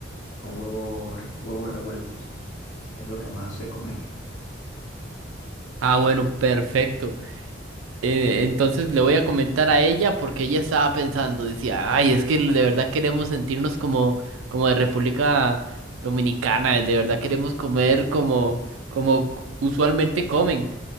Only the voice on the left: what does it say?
con huevos, re- huevos revueltos. Es lo que más se come aquí.